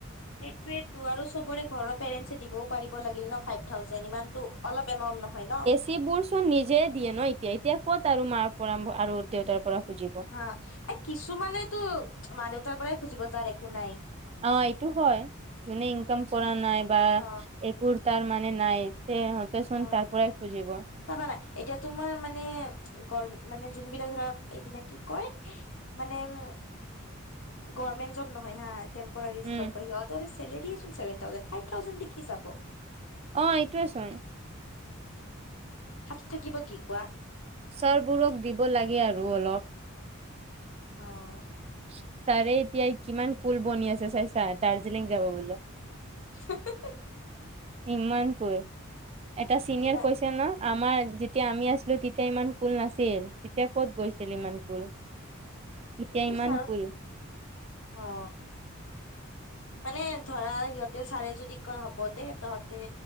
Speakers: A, on the left; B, on the right.
A: সেইটোয়েটো আৰু চবৰে ঘৰৰ পেৰেণ্ট দিবও পাৰিব লাগিল ন ফাই থাউজেণ্ড ইমানটো অলপ এমাউণ্ট নহয় ন।
B: টি বোৰ চোন নিজে দিয়ে ন এতিয়া, এতিয়া ক'ত আৰু মাৰ পৰা আৰু দেউতাৰ পৰা খুজিব। অ',
A: হা, এ, কিছুমানেটো মা-দেউতাৰ পৰাই খুজিব যাৰ একো নাই।
B: অ', এইটো হয়, যোনে ইনকাম কৰা নাই বা
A: অ
B: একো তাৰ মানে নাই, সিহতেচোন
A: অ
B: তাৰ পৰাই খুজিব।
A: চাবা না, তোমাৰ মানে গ- মানে যোনবিলাক ধৰা কি কয়? মানে উম, গমেন্ট জব নহয় হা। টেম্পুয়াৰী
B: উম,
A: জব সিহঁতৰ চেলেৰী চোন চেভেন থাউজেণ্ড, ফাব্ৰ থাউজেণ্ড দি কি যাব।
B: অ', এইটোয়ে চোন।
A: হাত থাকিব কি কোৱা।
B: চাৰবোৰক দিব লাগে আৰু অলপ।
A: অ'।
B: ছাৰে এতিয়া কিমান কুল বনি আছে চাই ছা, দাৰ্জিলিং যাব বোলে।
A: হ
B: ইমানকৈ কোল, এটা চিনিয়ৰ
A: না
B: কৈছে ন। আমাৰ, যেতিয়া আমি আছিলো তেতিয়া ইমান কুল নাছিল, তেতিয়া ক'ত গৈছিল ইমান কুল। এতিয়া
A: এইটো
B: ইমান
A: ছাৰ,
B: কুল
A: অ'। মানে ধৰা সিহঁতে চাৰে যদি কয়, হ'ব দে তহঁতে